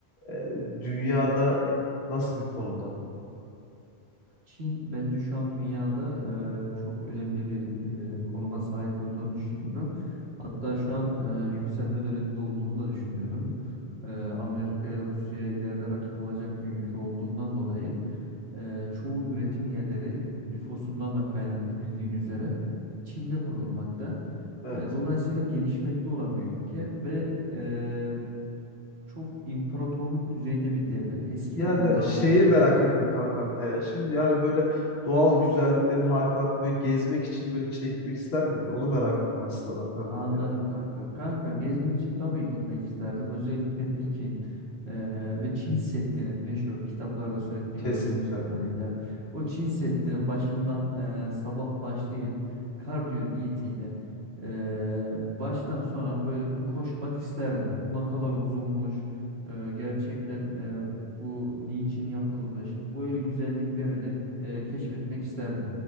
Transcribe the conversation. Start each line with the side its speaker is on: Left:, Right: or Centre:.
Left: e, dünyada e, nasıl bir konumda?
Right: Çin bence şu an dünyada e, çok önemli bir e, konuma sahip olduğunu düşünüyorum. Hatta şu an e, yükselme döneminde olduğunu da düşünüyorum. E, Amerika'ya, Rusya'ya ileride rakip olacak bir ülke olduğundan dolayı e, çoğu üretim yerleri nüfusundan da kaynaklı bildiğin üzere Çin'de kurulmakta.
Left: Evet.
Right: E, dolayısıyla gelişmekte olan bir ülke ve e, çok imparatorluk düzeyinde bir devlet. Eski
Left: Yani
Right: bir uygarlık
Left: şeyi
Right: Çin.
Left: merak ettim kankam. Ee, şimdi yani böyle doğal güzelliklerin harikalarını böyle gezmek için böyle Çin'e gitmek ister miydin? Onu merak ettim aslında ben kankam
Right: Anladım
Left: yani.
Right: kanka. Kanka gezmek için tabii gitmek isterdim. Özellikle Pekin eee, ve Çin Seddi'nin meşhur kitaplarda sürekli
Left: Kesinlikle.
Right: gördüğümüz kadarıyla o Çin Seddi'nin başından eee, sabah başlayıp kardiyo niyetiyle eee, baştan sona böyle bir koşmak isterdim. Bu ne kadar uzunmuş eee, gerçekten eee, bu niçin yapılmış böyle güzelliklerini eee, keşfetmek isterdim.